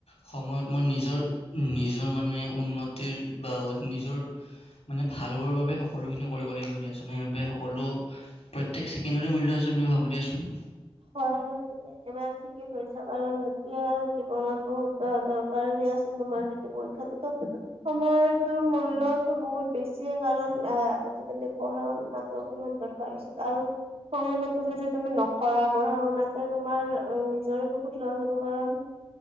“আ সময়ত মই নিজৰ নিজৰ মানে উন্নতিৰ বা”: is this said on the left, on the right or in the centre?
Left